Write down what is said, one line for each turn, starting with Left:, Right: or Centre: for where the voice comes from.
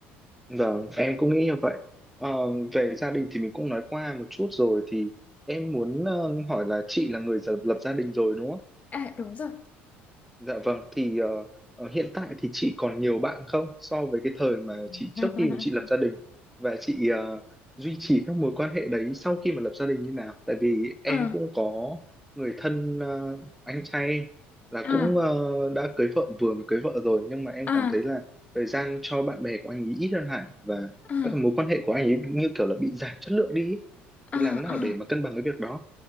Centre: Vâng, em cũng nghĩ như vậy. Ờ, về gia đình thì mình cũng nói qua một chút rồi thì em muốn ờ, hỏi là chị là người lập lập gia đình rồi đúng không?
Left: à đúng rồi
Centre: Dạ vâng, thì ờ, ờ, hiện tại thì chị còn nhiều bạn không so với cái thời mà
Left: <laughs>
Centre: chị trước khi mà chị lập gia đình và chị ờ, duy trì các mối quan hệ đấy sau khi mà lập gia đình như nào? Tại vì em
Left: à
Centre: cũng có người thân ờ, anh trai là
Left: à
Centre: cũng ờ, đã cưới vợ vừa mới cưới vợ rồi nhưng mà em
Left: à
Centre: cảm thấy là thời gian cho bạn bè của anh ấy ít hơn hẳn và
Left: à
Centre: các mối quan hệ của anh ấy như kiểu là bị giảm chất lượng đi ý.
Left: à
Centre: Thì làm nào
Left: à
Centre: để mà cân bằng cái việc đó?